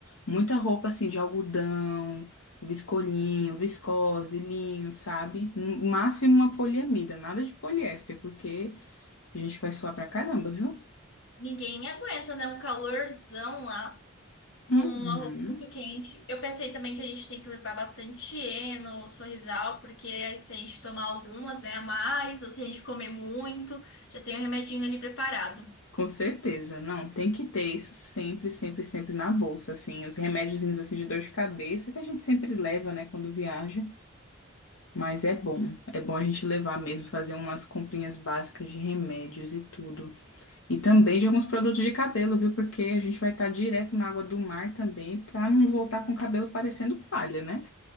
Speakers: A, on the left; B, on the left.
A: muita roupa assim de algodão, viscolinho, viscose, linho, sabe? No máximo uma poliamida, nada de poliéster, porque a gente vai suar pra caramba, viu?
B: Ninguém aguenta, né? Um calorzão lá. com
A: Uhum.
B: uma roupa muito quente. Eu pensei também que a gente tem que levar bastante Eno, Sorrisal, porque aí se a gente tomar algumas, né, a mais, ou se a gente comer muito, já tem o remedinho ali preparado.
A: Com certeza, não, tem que ter isso sempre, sempre, sempre na bolsa, assim, os remédiozinhos assim de dor de cabeça que a gente sempre leva, né, quando viaja, mas é bom, é bom a gente levar mesmo, fazer umas comprinhas básicas de remédios e tudo. E também de alguns produtos de cabelo, viu? Porque a gente vai estar direto na água do mar também, pra não voltar com o cabelo parecendo palha, né?